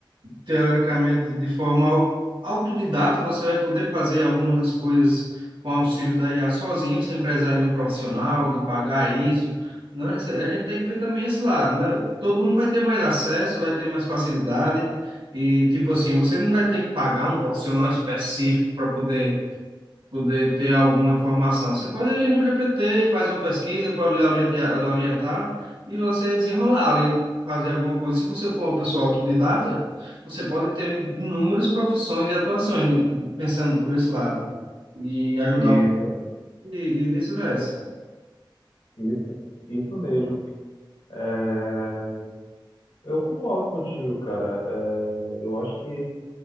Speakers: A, on the right (about 65°); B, on the left (about 85°).
A: teoricamente, de forma au- autodidata, você vai poder fazer algumas das coisas com auxílio da IA sozinho, sem precisar de um profissional, de pagar isso, né? Isso- A gente tem que ver também esse lado, né? Todo mundo vai ter mais acesso, vai ter mais facilidade e, tipo assim, você não vai ter que pagar um profissional específico para poder poder ter alguma informação. Você pode ir ali no GPT, faz uma pesquisa, pode lhe orientar, lhe orientar e você desenrolar ali, fazer alguma coisa. Se você for uma pessoa autodidata, você pode ter inúmeras profissões e atuações, pensando por esse lado, e ajudar
B: Isso,
A: e, e vice-versa.
B: isso, isso mesmo. É, Eu concordo contigo, cara. É, eu acho que